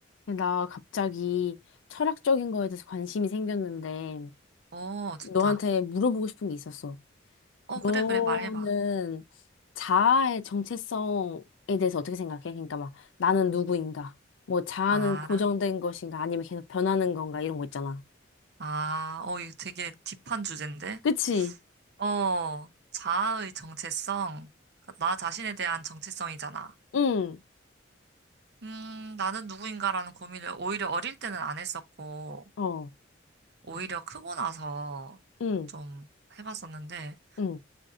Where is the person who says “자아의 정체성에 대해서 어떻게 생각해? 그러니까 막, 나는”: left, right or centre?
Left